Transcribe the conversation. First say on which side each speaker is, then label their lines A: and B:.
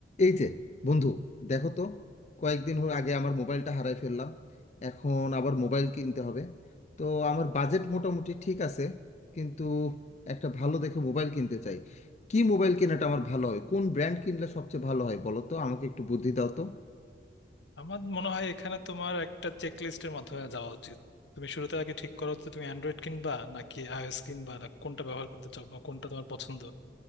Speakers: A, on the left (about 40°); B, on the left (about 80°).
A: এই যে বন্ধু দেখো তো কয়েকদিন হল আগে আমার মোবাইলটা হারাই ফেললাম এখন আবার মোবাইল কিনতে হবে তো আমার বাজেট মোটামুটি ঠিক আছে কিন্তু একটা ভালো দেখে মোবাইল কিনতে চাই কি মোবাইল কেনাটা আমার ভালো হবে কোন ব্র্যান্ড কিনলে সবচেয়ে ভালো হয় বলো তো আমাকে একটু বুদ্ধি দাও তো
B: আমার মনে হয় এখানে তোমার একটা চেক লিস্টের মাধ্যমে যাওয়া উচিত তুমি শুরুতে আগে ঠিক করো যে তুমি অ্যান্ড্রয়েড কিনবা নাকি আইওএস কিনবা না কোনটা ব্যবহার করতে চাও বা কোনটা তোমার পছন্দ